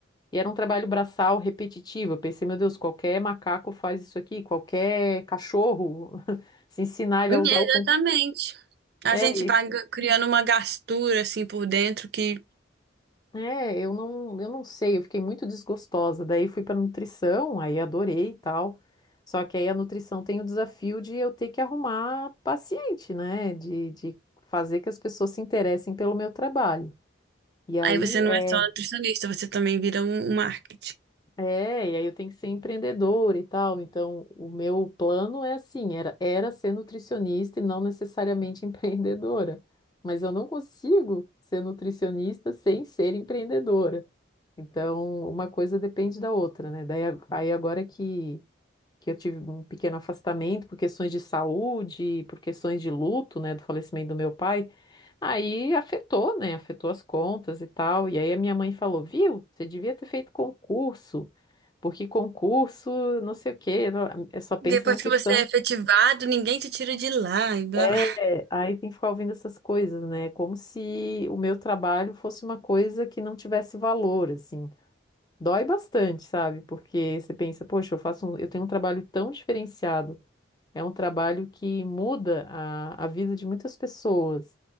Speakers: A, on the left; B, on the right.
A: e era um trabalho braçal repetitivo. Eu pensei, meu Deus, qualquer macaco faz isso aqui, qualquer cachorro, <laughs> se ensinar ele
B: Exatamente.
A: a usar o computador. É,
B: A gente
A: e-
B: vai g- criando uma gastura assim por dentro que
A: é, eu não, eu não sei, eu fiquei muito desgostosa. Daí fui para nutrição, aí adorei e tal. Só que aí a nutrição tem o desafio de eu ter que arrumar paciente, né? De, de fazer que as pessoas se interessem pelo meu trabalho. E aí,
B: aí você não
A: é,
B: é só nutricionista, você também vira um, um marketing.
A: É, e aí eu tenho que ser empreendedor e tal. Então, o meu plano é assim, era, era ser nutricionista e não necessariamente <laughs> empreendedora. Mas eu não consigo ser nutricionista sem ser empreendedora. Então, uma coisa depende da outra, né? Daí, a- aí agora que que eu tive um pequeno afastamento por questões de saúde, por questões de luto, né, do falecimento do meu pai. Aí afetou, né? Afetou as contas e tal. E aí a minha mãe falou: Viu, você devia ter feito concurso, porque concurso, não sei o quê, é só pensa
B: Depois
A: na questão.
B: que você é efetivado, ninguém te tira de lá e blá
A: É,
B: blá.
A: aí tem que ficar ouvindo essas coisas, né? Como se o meu trabalho fosse uma coisa que não tivesse valor, assim. Dói bastante, sabe? Porque você pensa, poxa, eu faço um- eu tenho um trabalho tão diferenciado É um trabalho que muda a, a vida de muitas pessoas.